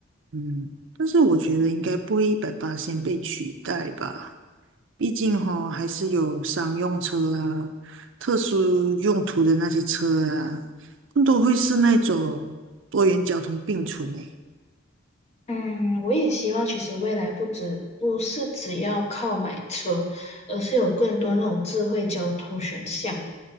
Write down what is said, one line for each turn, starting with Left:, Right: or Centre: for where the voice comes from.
Right: 嗯，但是我觉得应该不会一百八先被取代吧。毕竟哈、还是有商用车啊、特殊用途的那些车啊，更多会是那种多元交通并存诶。
Left: 嗯，我也希望，其实未来不只不是只要靠买车，而是有更多那种智慧交通选项了